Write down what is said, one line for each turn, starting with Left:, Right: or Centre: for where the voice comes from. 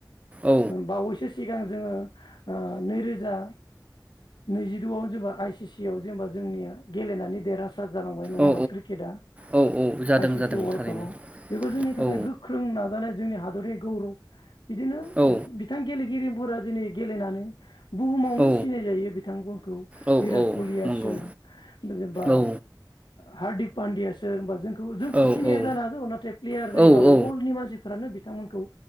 Right: औ
Left: बावैसो सिगां जोङो ओ नैरोजा नैजिद'आवनो जोंबा आइस टिसि आव जेनेबा जोंनिया गेलेनानै देरहासार सात जालांबाय नङा होमबा
Right: औ
Left: क्रिकेटा
Right: औ औ जादों
Left: आइ सि
Right: जादों
Left: सि वर्ल्ल्ड
Right: थारैनो
Left: कापाव बेबो जोंनि थाखाय
Right: औ
Left: गोख्रों नाजानाय जोंनि हादरनि गौरब बिदिनो
Right: औ
Left: बिथां गेलेगिरि फोरा दिनै गेलेनानै बुहुमावनो
Right: औ
Left: सिनायजायो बिथांमोनखौ
Right: औ
Left: बिराट
Right: औ
Left: कलिया
Right: नंगौ
Left: सोर जेनबा
Right: औ
Left: हार्दिक पान्डेया सोर होनोबा जों जोंखौ
Right: औ
Left: सिनाया
Right: औ
Left: जानो हागौ नाथाय प्लेयार
Right: औ
Left: जायोबा
Right: औ
Left: वर्ल्डनि मानसिफ्रानो बिथांमोनखौ